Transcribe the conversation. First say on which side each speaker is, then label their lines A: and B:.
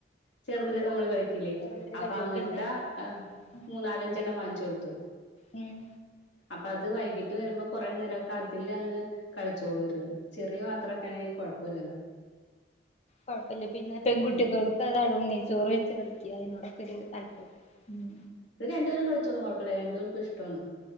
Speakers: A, on the left; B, on the left.
A: ചെറുതില്
B: ഉം
A: നമ്മള് കളിക്കില്ലേ
B: ചെറുതില്
A: അപ്പൊ
B: കളിയും
A: അങ്ങനത്തെ
B: പിന്നെന്താ
A: ആഹ്
B: ഉം
A: മൂന്നാലഞ്ചെണ്ണം വാങ്ങിച്ച് കൊടുത്തു
B: ഉം
A: അപ്പ അത് വൈകിട്ട് വരുമ്പോ കൊറേ നേരൊക്കെ അതിലങ്ങ് കളിച്ചോളുരുന്ന് ചെറിയ പാത്രൊക്കെ ആണെങ്കി കൊഴപ്പല്ലല്ലോ
B: കൊഴപ്പില്ല പിന്നെ പെൺകുട്ടികൾക്ക്
A: ഉം
B: അതാണ് ഉണ്ണി ചോറ് വെച്ച് കളിക്ക അതിനോടൊക്കെ ഒരു താല്പര്യ ഉം
A: ഇവര് രണ്ടുപേരും കളിച്ചോളും കൊഴപ്പില്ല രണ്ടു പേർക്കും ഇഷ്ടാണ്.